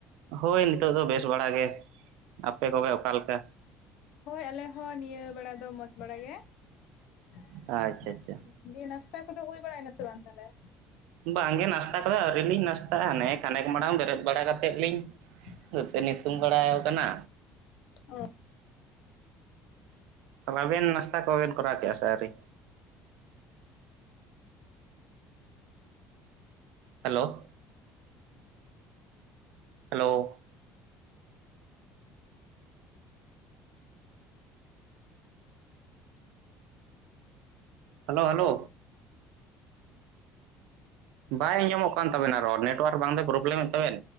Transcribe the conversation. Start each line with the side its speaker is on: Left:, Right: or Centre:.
Right: ᱦᱳᱭ ᱱᱤᱛᱚᱜ ᱫᱚ ᱵᱮᱥ ᱵᱟᱲᱟ ᱜᱮ ᱟᱯᱮ ᱠᱚᱜᱮ ᱚᱠᱟ ᱞᱮᱠᱟ?
Left: ᱦᱳᱭ ᱟᱞᱮ ᱦᱚᱸ ᱱᱤᱭᱟᱹ ᱵᱮᱲᱟ ᱫᱚ ᱢᱚᱸᱡ ᱵᱟᱲᱟ ᱜᱮ <inaudible>
Right: ᱟᱪᱪᱷᱟ ᱟᱪᱪᱷᱟ
Left: ᱤᱭᱟ ᱱᱟᱥᱛᱟ ᱠᱚᱫᱚ ᱦᱩᱭ ᱵᱟᱲᱟᱭ ᱱᱟᱥᱮ ᱵᱟᱝ ᱛᱟᱦᱚᱞᱮ?
Right: ᱵᱟᱝᱜᱮ ᱱᱟᱥᱛᱟ ᱠᱚᱫᱚ ᱟᱹᱣᱨᱤ ᱞᱤᱧ ᱱᱟᱥᱛᱟᱜᱼᱟ ᱚᱱᱮ ᱠᱷᱟᱱᱮᱠ ᱢᱟᱲᱟᱝ ᱵᱮᱨᱮᱫ ᱵᱟᱲᱟ ᱠᱟᱛᱮᱫ ᱞᱤᱧ
Left: <inaudible>
Right: ᱱᱟᱥᱮ ᱱᱤᱥᱩᱱ ᱵᱟᱲᱟᱭ ᱣᱟᱠᱟᱱᱟ
Left: ᱚ
Right: ᱟᱵᱮᱱ ᱱᱟᱥᱛᱟ ᱠᱚᱵᱮᱱ ᱠᱚᱨᱟᱣ ᱠᱮᱜ-ᱟ ᱥᱮ ᱟᱣᱨᱤ? ᱦᱮᱞᱳ ᱦᱮᱞᱳ ᱦᱟᱞᱚ ᱦᱟᱞᱚ ᱵᱟᱭ ᱟᱧᱡᱚᱢᱚᱜ ᱠᱟᱱ ᱛᱟᱵᱮᱱᱟ ᱨᱚᱲ ᱱᱮᱴᱚᱣᱟᱨᱠ ᱵᱟᱝ ᱫᱚᱭ ᱯᱨᱚᱵᱞᱮᱢᱮᱫ ᱛᱟᱵᱮᱱ?